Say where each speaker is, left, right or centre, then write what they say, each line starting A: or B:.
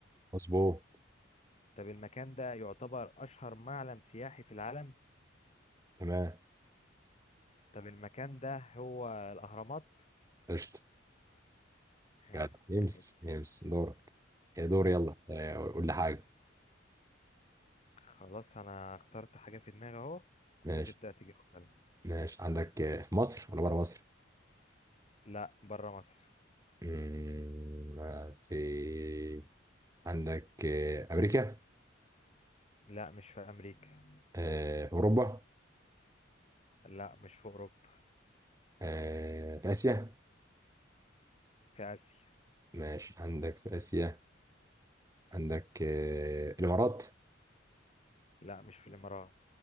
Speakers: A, on the right (about 20°); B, on the left (about 35°).
A: مظبوط
B: طب المكان ده يعتبر أشهر معلم سياحي في العالم
A: تمام
B: طب المكان ده هو الأهرامات
A: قشطة
B: آه،
A: جدع. يمس
B: آه،
A: يمس دورك يا دور يلا آه، قول لي حاجة
B: خلاص أنا اخترت حاجة في دماغي أهو وأنت
A: ماشي
B: تبدأ تجيبها
A: ماشي عندك آه، في مصر ولا بره مصر؟
B: لا بره مصر
A: مم، آه، في عندك آه، أمريكا
B: لا مش في أمريكا
A: آه، في أوروبا
B: لا مش في أوروبا
A: آه، في آسيا
B: في آسيا
A: ماشي عندك في آسيا عندك آه، الإمارات
B: لا مش في الإمارات